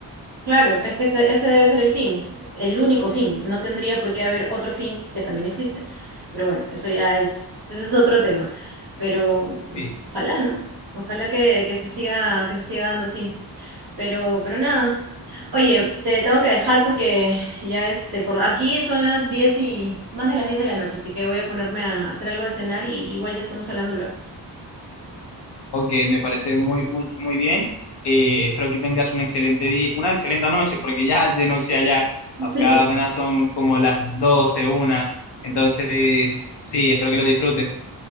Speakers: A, on the right (about 60°); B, on the left (about 70°).
A: Claro, es que ese, ese debe ser el fin, el único fin. No tendría por qué haber otro fin que también existe. Pero bueno, eso ya es, ese es otro tema. Pero mm,
B: Sí.
A: ojalá, ¿no? Ojalá que, que se siga, que se siga dando así. Pero, pero nada. Oye, te tengo que dejar porque ya este, por aquí son las 10 y más de las 10 de la noche, así que voy a ponerme a hacer algo de cenar y igual ya estamos hablando luego.
B: Ok, me parece muy, muy, muy bien. Eh, espero que tengas un excelente día, una excelente noche, porque ya es de noche allá,
A: <laughs>
B: acá
A: Sí,
B: apenas son como las doce una. Entonces, sí, espero que lo disfrutes.